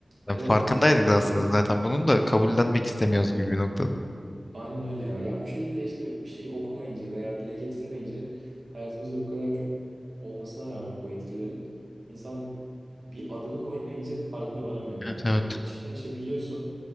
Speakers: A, on the left (about 30°); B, on the right (about 75°).
A: Yani
B: Evet
A: farkındaydık
B: bence de ya
A: aslında
B: çünkü
A: zaten. Bunun da kabullenmek istemiyoruz gibi bir noktada.
B: aynen öyle ya. Ya bu şekilde işte bir şey okumayınca veya dile getirmeyince hayatımızda bu kadar çok olmasına rağmen bu etkilerin insan bir adını koymayınca farkına varamıyor genelde.
A: Evet evet.
B: Hani içten içe biliyorsun